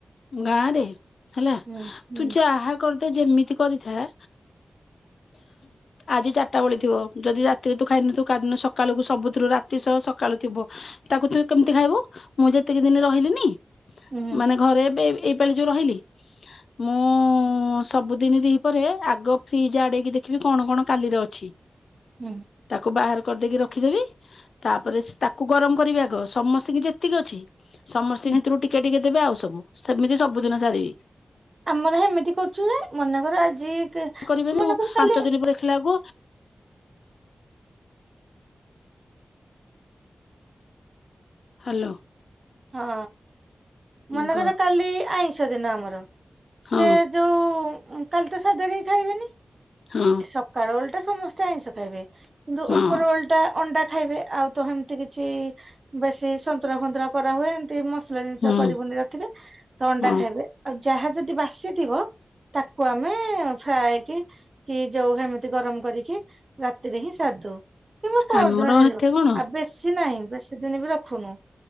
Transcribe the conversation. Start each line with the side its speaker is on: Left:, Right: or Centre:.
Left: ଗାଁରେ ହେଲା
Right: ହୁଁ ହୁଁ
Left: ତୁ ଯା ଆ କରିଦେ ଯେମିତି କରିଥାଆ ଆଜି ଚାରିଟା ବେଳେ ଥିବ ଯଦି ରାତିରେ ତୁ ଖାଇନୁ ତାରିଦିନସକାଳୁ ସବୁଥିରୁ ରାତି ସହସକାଳୁ ଥିବ। ତାକୁ ତୁ କେମିତି ଖାଇବୁ ମୁଁ ଯେତିକି ଦିନ ରହିଲିିନି
Right: ହୁଁ
Left: ମାନେ ଘରେ ଏବେ ଏ ପେଲି ଯେଉ ରହିଲି। ମୁଁ ସବୁଦିନ ଦିପହରେଆଗ ଫ୍ରିଜ ଆଡେଇକି ଦେଖିବି କଣ କଣ କାଲିର ଅଛି।
Right: ହୁଁ।
Left: ତାକୁ ବାହାର କରିଦେଇକି ରଖିଦେବି ତାପରେ ସେ ତାକୁ ଗରମ କରିବି ଆଗ ସମସ୍ତଙ୍କୁ ଯେ ସେତିକ ଅଛି ସମସ୍ତଙ୍କ
Right: ହୁଁ।
Left: ସେଥିରୁ ଟିକେ ଟିକେ ଦେବି ଆଉ ସବୁ ସେମିତି ସବୁଦିନ ସାରିବି।
Right: ଆମର ହେମିତି କରୁଛୁ ହେଁ ମନେକର ଆଜି
Left: କରିବେନି
Right: ମନେକର
Left: ପାଞ୍ଚ
Right: କାଲି
Left: ଦିନ ଦେଖିଲା କୁ ହାଲୋ।
Right: ହଁ ମନେକର
Left: କହ
Right: କାଲି ଆଇଁଷ ଦିନ ଆମର
Left: ହଁ
Right: ସେ ଯୋଉ କାଲି ତ ସାଧା କେହି ଖାଇବେନି।
Left: ହଁ।
Right: ସକାଳ ଓଳିଟା ସମସ୍ତେ ଆଇଁଷ ଖାଇବେ କିନ୍ତୁ
Left: ହଁ
Right: ଉପର ଓଳି ଟା ଅଣ୍ଡା ଖାଇବେ ଆଉ ତ ହେମତି କିଛି ବେଶୀ ସନ୍ତୁରା ଫନ୍ତୁରା କରା ହୁଏ ଏମିତି ମସଲା ଜିନିଷ
Left: ହୁଁ
Right: କରିବୁନି ରାତିରେ ତ ଅଣ୍ଡା
Left: ହଁ
Right: ଖାଇବେ। ଆଉ ଯାହା ଯଦି ବାସିଥିବ ତାକୁ ଆମେ ଫ୍ରାଏ କି କି ଯୋଉ ହେମିତି ଗରମ କରିକି ରାତିରେ ହିଁ ସାରିଦଉ। କିନ୍ତୁ ପହରଦିନ
Left: ଆମର
Right: ଜେଜେବ
Left: ଏଠି କଣ
Right: ଆଉ ବେଶୀ ନାହିଁ ବେଶୀ ଦିନ ବି ରଖୁନୁ।